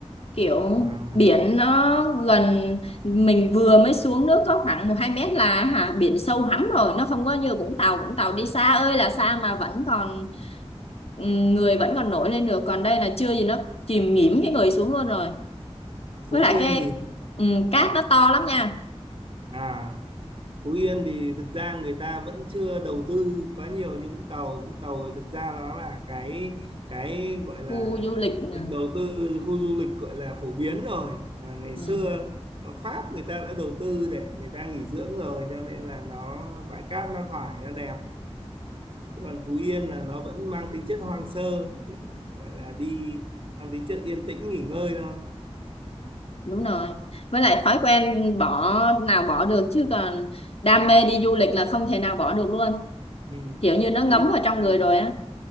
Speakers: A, on the left; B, on the right.
A: kiểu
B: À,
A: biển nó gần mình vừa mới xuống nước có khoảng một hai mét là hả biển sâu hắm rồi nó không có như Vũng Tàu Vũng Tàu đi xa ơi là xa mà vẫn còn ừm, người vẫn còn nổi lên được còn đây là chưa gì nó chìm nghỉm cái người xuống luôn rồi với
B: Phú
A: lại
B: Yên
A: cái
B: thì
A: ừm, cát nó to lắm nha
B: à Phú Yên thì thực ra người ta vẫn chưa đầu tư quá nhiều như Vũng Tàu. Vũng Tàu thì thực ra nó là cái cái gọi là
A: khu du lịch nè.
B: được đầu tư khu du lịch gọi là phổ biến rồi mà ngày
A: ừ.
B: xưa ở Pháp người ta đã đầu tư để người ta nghỉ dưỡng rồi cho nên là nó bãi cát nó thoải nó đẹp. Chứ còn Phú Yên là nó vẫn mang tính chất hoang sơ, tính gọi là đi mang tính chất yên tĩnh nghỉ ngơi thôi.
A: đúng rồi với lại thói quen bỏ nào bỏ được chứ còn đam mê đi du lịch là không thể nào bỏ được luôn
B: Ừ.
A: kiểu như nó
B: Thế
A: ngấm
B: thì
A: vào trong
B: à,
A: người rồi á